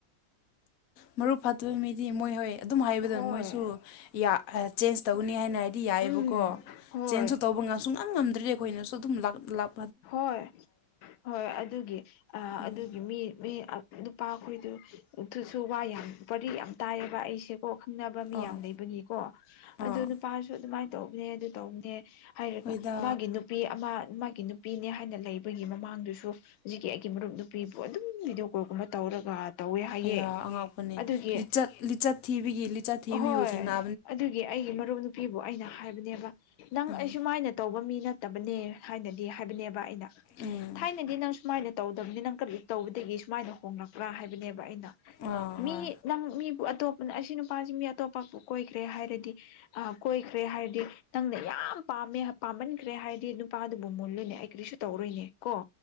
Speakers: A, on the left; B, on the left.
A: ꯃꯕꯨꯛ ꯐꯠꯇꯕ ꯃꯤꯗꯤ ꯃꯣꯏ ꯍꯣꯏ ꯑꯗꯨꯝ ꯍꯥꯏꯕꯗꯨ
B: ꯍꯣꯏ
A: ꯃꯣꯏꯁꯨ ꯌꯥꯏ ꯆꯦꯟꯖ ꯇꯧꯒꯅꯤ ꯍꯥꯏꯅ ꯗꯤ ꯌꯥꯏꯑꯌꯦꯕꯀꯣ
B: ꯎꯝ ꯍꯣꯏ
A: ꯆꯦꯟꯖꯁꯨ ꯇꯧꯕ ꯉꯝꯁꯨ ꯁꯨꯉꯝ ꯉꯝꯗ꯭ꯔꯦ ꯑꯩꯈꯣꯏꯅꯁꯨ ꯑꯗꯨꯝ ꯂꯥꯛ ꯂꯥꯛ
B: ꯍꯣꯏ ꯍꯣꯏ ꯑꯗꯨꯒꯤ ꯑꯥ
A: ꯎꯝ
B: ꯑꯗꯨꯒꯤ ꯃꯤ ꯃꯤ ꯅꯨꯄꯥꯈꯣꯏꯗꯨ ꯑꯗꯨꯁꯨ ꯋꯥ ꯌꯥꯝ ꯋꯥꯔꯤ ꯌꯥꯝ ꯇꯥꯏꯑꯕ ꯑꯩꯁꯨ ꯀꯣ ꯈꯪꯅꯕ ꯃꯤ
A: ꯑꯥ
B: ꯌꯥꯝ ꯂꯩꯕꯅꯤꯀꯣ
A: ꯑꯥ
B: ꯑꯗꯨ ꯅꯨꯄꯥꯁꯨ ꯑꯗꯨꯃꯥꯏꯅ ꯇꯧꯕꯅꯦ ꯑꯗꯨ ꯇꯧꯕꯅꯦ ꯍꯥꯏꯔꯒ
A: ꯍꯣꯏꯗ
B: ꯃꯥꯒꯤ ꯅꯨꯄꯤ ꯑꯃ ꯃꯥꯒꯤ ꯅꯨꯄꯤꯅꯦ ꯍꯥꯏꯅ ꯂꯩꯕꯒꯤ ꯃꯃꯥꯡꯗꯨꯁꯨ ꯍꯧꯖꯤꯛꯀꯤ ꯑꯩꯒꯤ ꯃꯔꯨꯞ ꯅꯨꯄꯤꯕꯨ ꯑꯗꯨꯝ ꯚꯤꯗꯤꯑꯣ ꯀꯣꯜꯒꯨꯝꯕ ꯇꯧꯔꯒ ꯇꯧꯋꯦ ꯍꯥꯏꯌꯦ
A: ꯑꯌꯥ ꯑꯉꯥꯛꯄꯅꯦ
B: ꯑꯗꯨꯒꯤ
A: ꯂꯤꯆꯠ ꯂꯤꯆꯠ ꯊꯤꯕꯤꯒꯤ ꯂꯤꯆꯠ ꯊꯤꯕꯤꯌꯨ
B: ꯍꯣꯏ
A: ꯊꯦꯡꯅ
B: ꯑꯗꯨꯒꯤ ꯑꯩꯒꯤ ꯃꯔꯨꯞ ꯅꯨ ꯅꯨꯄꯤꯕꯨ ꯑꯩꯅ ꯍꯥꯏꯕꯅꯦꯕ ꯅꯪ
A: ꯎꯝ
B: ꯑꯩꯁꯨꯨꯃꯥꯏꯅ ꯇꯧꯕ ꯃꯤ ꯅꯠꯇꯕꯅꯦ ꯍꯥꯏꯅꯗꯤ ꯍꯥꯏꯕꯅꯦꯕ ꯕ ꯑꯩꯅ
A: ꯎꯝ
B: ꯊꯥꯏꯅꯗꯤ ꯅꯪ ꯁꯨꯃꯥꯏꯅ ꯇꯧꯗꯕꯅꯤ ꯅꯪ ꯀꯔꯤ ꯇꯧꯕꯗꯒꯤ ꯁꯨꯃꯥꯏꯅ ꯍꯣꯡꯂꯛꯄ꯭ꯔꯥ ꯍꯥꯏꯕꯅꯦꯕ ꯑꯩꯅ
A: ꯑꯥ
B: ꯃꯤ
A: ꯍꯣꯏ
B: ꯅꯪ ꯃꯤꯕꯨ ꯑꯇꯣꯞꯄꯅ ꯑꯁꯤ ꯅꯨꯄꯥꯁꯤ ꯃꯤ ꯑꯇꯣꯞꯄꯕꯨ ꯀꯣꯏꯈ꯭ꯔꯦ ꯍꯥꯏꯔꯗꯤ ꯑ ꯀꯣꯏꯈ꯭ꯔꯦ ꯍꯥꯏꯔꯗꯤ ꯅꯪꯅ ꯌꯥꯝ ꯄꯥꯝꯃꯦ ꯄꯥꯝꯃꯟꯈ꯭ꯔꯦ ꯍꯥꯏꯔꯗꯤ ꯅꯨꯄꯥꯗꯨ ꯕꯨ ꯃꯨꯜꯂꯨꯅꯦ ꯑꯩ ꯀꯔꯤꯁꯨ ꯇꯧꯔꯣꯏꯅꯦ ꯀꯣ